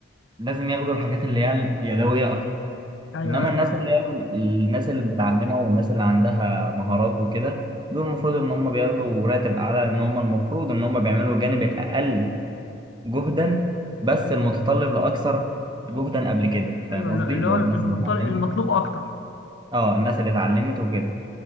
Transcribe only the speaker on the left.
ايوه
ايوه
فاهمه
ايوه
اللي
اللي
هو
المطل-
المطلوب اكتر